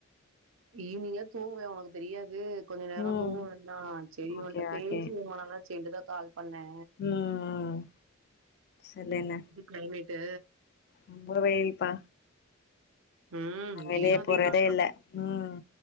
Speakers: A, on the right; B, on the left.
A: ஈவினிங்கல்லா தூங்குவே உனக்கு தெரியாது கொஞ்ச நேரோ
B: ம்
A: தூங்கவேண்டா செரி உன்கிட்ட
B: ஓகே
A: பேசி
B: ஓகே
A: ரொம்பநாள் ஆச்சுட்டுதா கால் பண்ணே
B: ம் ம் சொல்லுங்க
A: கிளம்பிட்டு
B: ரொம்ப வெயில்ப்பா
A: ம்
B: நா
A: இங்கேயு
B: வெளிய
A: அதேதா
B: போறதே இல்ல ம்